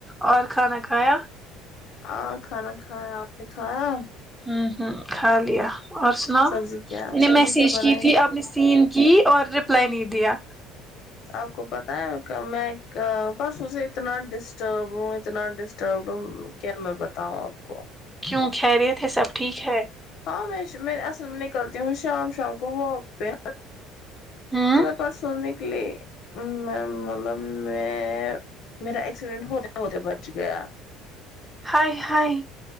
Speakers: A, in the centre; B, on the left.
A: اور کھانا کھایا
B: ہاں کھانا کھایا آپ نے کھایا
A: ہمم ہمم کھا لیا اور سناؤ
B: سبزی کیا
A: میں نے
B: سبزی
A: میسج
B: کیا بنائی
A: کی تھی آپ نے سین کی اور ریپلائی نہیں دیا
B: آپ کو پتا ہے میں پرسوں سے اتنا ڈسٹربڈ ہوں اتنا ڈسٹربڈ ہوں کیا میں بتاؤں آپ کو
A: کیوں خیریت ہے سب ٹھیک ہے
B: ہاں میں میں اصل میں نکلتی ہوں شام شام کو واک پہ
A: ہوں
B: تو میرے پاس سونے لی میں مطلب میں میرا ایکسیڈینٹ ہوتے ہوتے بج گیا
A: ہائے ہائے